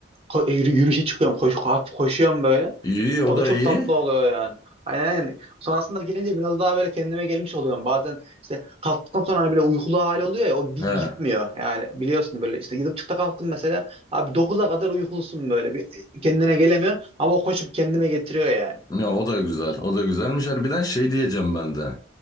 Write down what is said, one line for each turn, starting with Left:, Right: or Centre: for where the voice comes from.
Right: ko- e, yürü- yürüyüşe çıkıyorum koşu, hafif koşuyorum böyle.
Left: İyi
Right: O
Left: o da
Right: da çok
Left: iyi.
Right: tatlı oluyor yani. Aynen aynen. Sonrasında gelince biraz daha böyle kendime gelmiş oluyorum. Bazen işte kalktıktan sonra hani böyle uykulu hali oluyor ya o bir
Left: He.
Right: gitmiyor. Yani biliyorsun böyle işte yedi buçukta kalktım mesela. Abi dokuz'a kadar uykulusun böyle bir e, kendine gelemiyorsun ama o koşup kendime getiriyor yani.
Left: Ya o da güzel. O da güzelmiş. Harbiden şey diyeceğim ben de.